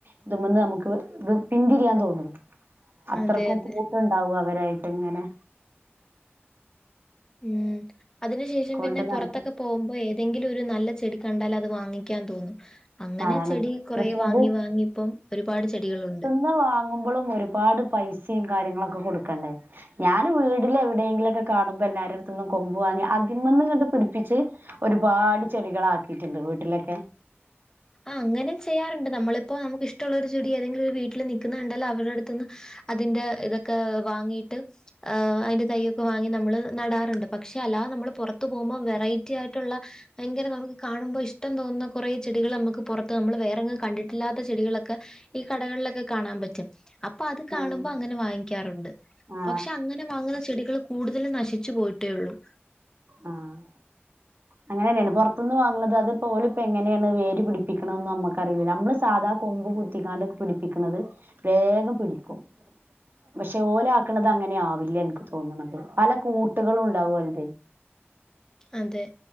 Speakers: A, on the right; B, on the left.
A: ഇത് മന്ന് നമക്ക് ഇത് പിന്തിരിയാൻ തോന്നും അത്രക്കും
B: അതെ, അതെ.
A: കൂട്ടുണ്ടാവും അവരായിട്ട് ഇങ്ങനെ
B: ഉം അതിന് ശേഷം
A: കൊണ്ട്
B: പിന്നെ പൊറത്തൊക്കെ
A: നടക്കാൻ
B: പോകുമ്പോ ഏത് തെങ്കിലും ഒരു നല്ല ചെടി കണ്ടാലത് വാങ്ങിക്കാൻ തോന്നും അങ്ങനെ
A: അതാണ്
B: ചെടി കൊറെ
A: പക്ഷെ
B: വാങ്ങി
A: അത്
B: വാങ്ങി ഇപ്പം ഒരുപാട് ചെടികളുണ്ട്
A: ന്നവാങ്ങ് ങ്ങുമ്പളും ഒരുപാട് പൈസിം കാര്യങ്ങളൊക്കെ കൊടുക്കണ്ടേ ഞാന് വീട്ല് എവിടേങ്കിലൊക്കെ കാണുമ്പോ എല്ലാരട്ത്ത്ന്നും കൊമ്പു വാങ്ങി അതിമന്നിങ് പിടിപ്പിച്ച് ഒരുപാട് ചെടികളാക്കിയിട്ട്ണ്ട് വീട്ട്ലൊക്കെ
B: ആഹ് അങ്ങനെം ചെയ്യാറുണ്ട് നമ്മളിപ്പോ നമുക്ക് ഇഷ്ടഉള്ള ഒരു ചെടി ഏതെങ്കിലും ഒരു വീട്ടില് നിക്ക്ന്ന കണ്ടാല് അവരെട്ത് ത്ത്ന്ന് അതിന്റെ ഇതൊക്കെ വാങ്ങീയിട്ട് അയ്ൻ്റെ തയ്യൊക്കെ വാങ്ങി നമ്മള് നടാറ്ണ്ട് പക്ഷേ അല്ലാതെ നമ്മള് പൊറത്തു പോവുമ്പോ വെറൈറ്റി ആയിട്ട്ള്ള ഭയങ്കര നമുക്ക് കാണുമ്പോ ഇഷ്ടം തോന്നുന്ന കാെറേ ചെടികള് അമ്മക്ക് പൊറത്ത് നമ്മൾ വേറെങ്ങും കണ്ടിട്ടില്ലാത്ത ചെടികളൊക്ക് ക്കെ ഈ കടകൾലൊക്കെ കാണാൻ പറ്റും അപ്പ അത് കാണുമ്പൊ
A: ഉം.
B: അങ്ങനെ വാങ്ങിക്കാറുണ്ട്
A: ആ
B: പക്ഷെ അങ്ങനെ വാങ്ങുന്ന ചെടികള് കൂടുതലും നശിച്ചു പോയിട്ടേയാെള്ളൂ
A: ആഹ് അങ്ങനെന്നെയാണ് പാെറത്ത്ന്ന് വാങ്ങുന്നത് അത് ഇപ്പ ഓല് ഇപ്പ എങ്ങനെയാണ് വേര് പിടിപ്പിക്ക്ണംന്ന് അമ്മക്കറിയില്ലല്ലോ അമ്മള് സാധാ കൊമ്പ് കുത്തിക്കാണ്ട്ക്കെ പിടിപ്പിക്ക്ണത് വേഗം പിടിക്കും പക്ഷെ ഓല് ആക്ക്ണത് അങ്ങനെ ആവില്ല ഇൻക്ക് തോന്ന്ന്നത് പല കൂട്ട്കളും ബണ്ടാവും ഓൽതെ
B: അതെ